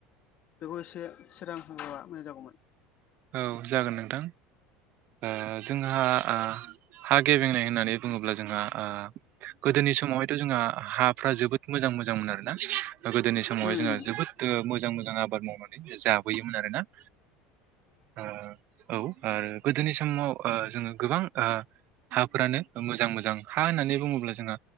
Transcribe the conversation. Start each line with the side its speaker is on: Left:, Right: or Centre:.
Left: बेखौ इसे सोरां होगौबा मोजां जागौमोन
Right: औ जागोन नोंथां ओ जोंहा आ हा गेबेंनाय होननानै बुङो- ब्ला जोंहा ओ गोदोनि समावहायथ' जोंहा हाफ्रा जोबोद मोजां मोजांमोन आरोना गोदोनि समावहाय
Left: उम
Right: जोङो जोबोद ओ मोजां मोजां आबाद मावनानै जाबोयोमोन आरोना उम औ ओ गोदोनि समाव ओ जोङो गोबांथा हाफोरानो मोजां मोजां हा होननानै बुङोब्ला जोंहा